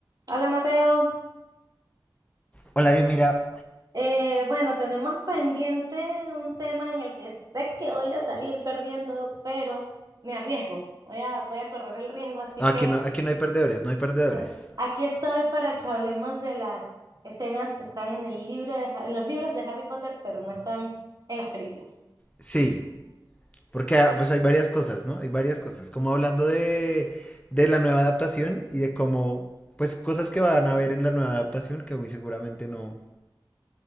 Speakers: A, on the right (about 50°); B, on the left (about 15°).
A: Hola Mateo,
B: Hola, Dios, mira.
A: Eh, bueno, tenemos pendiente un tema en el que sé que voy a salir perdiendo, pero me arriesgo, voy a, voy a correr el riesgo, así que
B: Aquí no, aquí no hay perdedores, no hay perdedores.
A: bueno, aquí estoy para que hablemos de las escenas que están en el libro de Ha- en los libros de Harry Potter, pero no están en las películas.
B: Sí, porque ah, pues hay varias cosas, ¿no? Hay varias cosas. Como hablando de, de la nueva adaptación y de cómo, pues cosas que van a ver en la nueva adaptación que muy seguramente no,